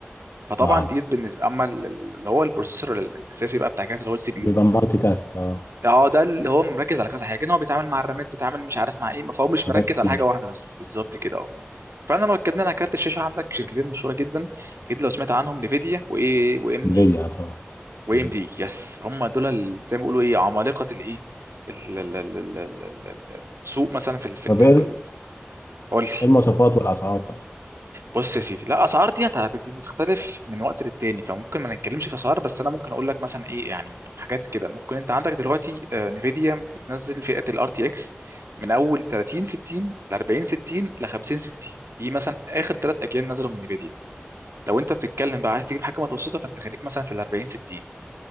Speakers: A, on the right; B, on the left.
A: فطبعا
B: اه
A: ديت بالنسبه اما ال- ال- اللي هو البروسيسور ال- الاساسي بقى بتاع جهاز اللي هو السي بي
B: بيبقى
A: يو
B: مالتي تاسك اه
A: اه ده اللي هو مركز على كذا حاجه ان هو بيتعامل مع الرامات بيتعامل مش عارف مع ايه فهو مش مركز
B: حاجات كتير
A: على حاجه واحده بس بالظبط كده اه فاحنا لو اتكلمنا على كارت الشاشه عندك شركتين مشهوره جدا اكيد لو سمعت عنهم نفيديا وايه وام
B: انفيديا
A: دي
B: آه طبعا
A: وام
B: مم.
A: دي يس هم دول ال- زي ما بيقولوا ايه عمالقه الايه ال- ال- ال- ال- ال- ال- السوق مثلا في ال- في
B: طب
A: ال- في
B: ايه إيه
A: ال- قول لي
B: المواصفات والاسعار بقى
A: بص يا سيدي لا الاسعار ديت على- بت- بتختلف من وقت للتاني فممكن ما نتكلمش في اسعار بس انا ممكن اقول لك مثلا ايه يعني حاجات كده ممكن انت عندك دلوقتي آه، نفيديا بتنزل فئه الار تي اكس من اول 30 60 ل 40 60 ل 50 60 دي مثلا اخر ثلاث اجيال نزلوا من نفيديا لو انت بتتكلم بقى عايز تجيب حاجه متوسطه فانت خليك مثلا في ال 40 60